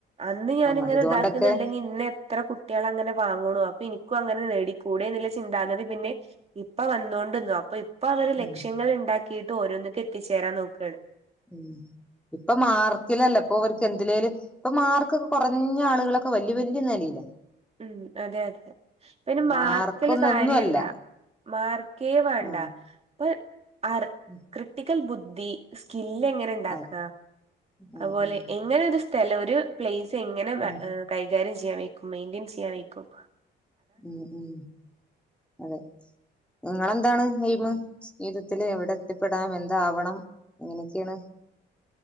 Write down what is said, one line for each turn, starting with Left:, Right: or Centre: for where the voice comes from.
Right: അന്ന് ഞാനിങ്ങനെ
Centre: ആ ഇതുകൊണ്ടൊക്കെ
Right: താക്കീന്ന്ണ്ടങ്കി ഇന്നെ ഇത്ര കുട്ട്യാളങ്ങനെ വാങ്ങുണു അപ്പൊ എനിക്കും അങ്ങനെ നേടിക്കൂടെന്നുള്ള ചിന്താഗതി പിന്നെ ഇപ്പ വന്നോണ്ട്ന്നു അപ്പ ഇപ് ഇപ്പ അവര്
Centre: ഉം,
Right: ലക്ഷങ്ങള് ഇണ്ടാക്കി ട്ടോരോന്ന്ക്ക്‌ എത്തിച്ചേരാൻ നോക്കാണ്
Centre: ഉം ഇപ്പൊ മാർക്കിലല്ല ഇപ്പൊ അവർക്ക് എന്തിലേലും ഇപ്പൊ മാർക്കൊക്കെ കുറഞ്ഞ ആളുകളൊ വല്ല്യാ വല്ല്യ നെലയിലാ
Right: ഉം അതെ അതെ ഇപ്പന്നെ മാർക്കില്
Centre: മാർക്കൊന്നും
Right: കാര്യല്ല
Centre: ഒന്നുമല്ല
Right: മാർക്കേ വേണ്ട
Centre: ആ
Right: ഇപ്പൊ ആർ
Centre: ഉം,
Right: ക്രിട്ടിക്കൽ ബു ദ്ധി സ്‌കില്ലെങ്ങനെ ഇണ്ടാക്ക
Centre: അതെ ഉം,
Right: അത്പോലെ
Centre: ഉം,
Right: എങ്ങനെ ഒരു സ് സ്ഥല ഒരു പ്ലേസ് സിങ്ങനെ
Centre: ഉം,
Right: കൈകാര്യം ചെയ് ചെയ്യാൻ വെയ്ക്കും മെയി ചീയാൻ വെയ്ക്കും
Centre: ഉം ഉം അതെ നിങ്ങളെന്താണ് എയ്മ് ജീവിതത്തില് എവിടെ എത്തിപ്പെടാം എന്താവണം എങ്ങനെയൊക്കെയാണ്